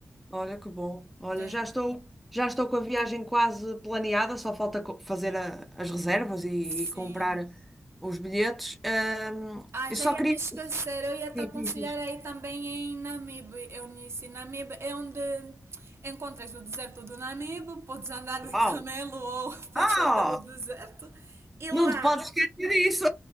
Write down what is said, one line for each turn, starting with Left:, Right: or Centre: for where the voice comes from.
Centre: Olha que bom. Olha,
Right: É.
Centre: já estou, já estou com a viagem quase planeada, só falta co- fazer a- as reservas e,
Right: Sim.
Centre: e comprar os bilhetes. Ahm,
Right: Ah,
Centre: eu
Right: já
Centre: só
Right: ia
Centre: queria.
Right: me esquecer. Eu ia te
Centre: Diz,
Right: aconselhar
Centre: diz, diz.
Right: aí também em Namibe, Eunice. Namibe é onde encontras o deserto do Namibe, podes andar de
Centre: Uau!
Right: camelo ou <laughs> passear
Centre: Ah!
Right: pelo deserto. E
Centre: Não
Right: lá,
Centre: te podes esquecer disso!